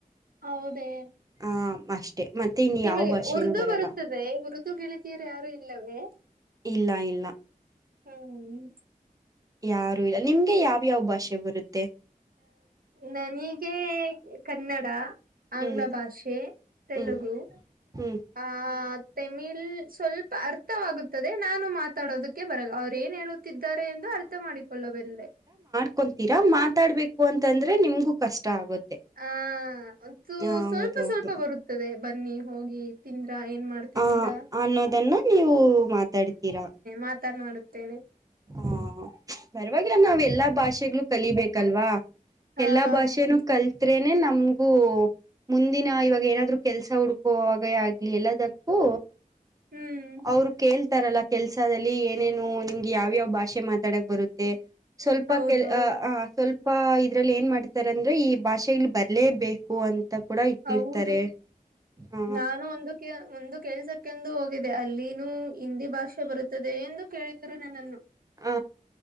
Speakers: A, on the right (about 75°); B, on the right (about 25°).
A: ಹೌದೇ
B: ಆ ಅಷ್ಟೆ ಮತ್ತೆ ಇನ್
A: ನಿಮಗೆ
B: ಯಾವ ಭಾಷೆನೂ
A: ಉರ್ದು
B: ಬರಲ್ಲ
A: ಬರುತ್ತದೆ ಉರ್ದು ಗೆಳತಿಯರು ಯಾರು ಇಲ್ಲವೇ
B: ಇಲ್ಲ ಇಲ್ಲ
A: ಹ್ಮ್
B: ಯಾರು ಇಲ್ಲ ನಿಮ್ಗೆ ಯಾವ್ಯಾವ್ ಭಾಷೆ ಬರುತ್ತೆ
A: ನನಿಗೆ ಕನ್ನಡ ಆಂಗ್ಲ
B: ಹ್ಮ್
A: ಭಾಷೆ ತೆಲುಗು
B: ಹ್ಮ್ ಹ್ಮ್
A: <inaudible> ತೆಮಿಳ್ ಸ್ವಲ್ಪ ಅರ್ಥವಾಗುತ್ತದೆ ನಾನು ಮಾತಾಡೋದಕ್ಕೆ ಬರಲ್ಲ ಅವ್ರ ಏನ್ ತಿದ್ದಾರೆ ಎಂದು ಅರ್ಥ ಮಾಡಿಕೊಳ್ಳಬಲ್ಲೆ
B: <unintelligible> ಕೊಂತೀರಾ ಮಾತಾಡ್ಬೇಕು ಅಂತಂದ್ರೆ ನಿಮ್ಗೂ ಕಷ್ಟ ಆಗುತ್ತೆ
A: ಆ <unintelligible>
B: ಹೌದೌದು
A: ಸ್ವಲ್ಪ ಸ್ವಲ್ಪ ಬರುತ್ತದೆ ಬನ್ನಿ ಹೋಗಿ ತಿಂದ್ರಾ ಏನ್ ಮಾಡ್ತಿದೀರಾ
B: ಆ ಅನ್ನೋದನ್ನ ನೀವು ಮಾತಾಡ್ತೀರಾ
A: ಮಾತನಾಡುತ್ತೇನೆ
B: ಹಾ ಪರವಾಗಿಲ್ಲ ನಾವೆ <unintelligible> ಎಲ್ಲಾ ಭಾಷೆ ಕಲಿಬೇಕಲ್ವಾ
A: ಹಾ
B: ಎಲ್ಲಾ ಭಾಷೆ
A: ಹೌದು
B: ಕಲತ್ರೆ <unintelligible> ನಮಗು ಮುಂದಿನ ಇವಾಗ ಏನಾದ್ರು ಕೆಲ್ಸ ಹುಡ್ಕೋ <unintelligible> ಆಗ್ಲಿ ಎಲ್ಲದಕ್ಕೂ
A: ಹ್ಮ್
B: ಅವ್ರು ಕೇಳ್ತಾರಲ್ಲ ಕೆಲ್ಸದಲ್ಲಿ ಏನೇನು ನಿಮ್ಗೆ ಯಾವ್ಯಾವ್ ಭಾಷೆ ಮಾತಾಡಕ್ ಬರುತ್ತೆ ಸ್ವಲ್ಪ
A: ಹೌದೌದು
B: ಕೆಲ್ ಆ <unintelligible> ಸ್ವಲ್ಪ ಇದ್ರಲ್ಲಿ ಏನ್ ಮಾಡ್ತಾರ ಅಂದ್ರೆ ಈ ಭಾಷೆ <unintelligible> ಬರ್ಲೇಬೇಕು ಅಂತ ಕೂಡ ಇಟ್ಟಿರ್ತಾರೆ
A: ಹೌದು
B: ಹ
A: ನಾನು ಒಂದು <unintelligible> ಒಂದು ಕೆಲ್ಸಕ್ಕೆಂದು ಹೋಗಿದು ಅಲ್ಲಿನೂ ಹಿಂದಿ ಭಾಷೆ ಬರುತ್ತದೆ ಎಂದು ಕೇಳಿದರು ನನ್ನನ್ನು
B: ಹ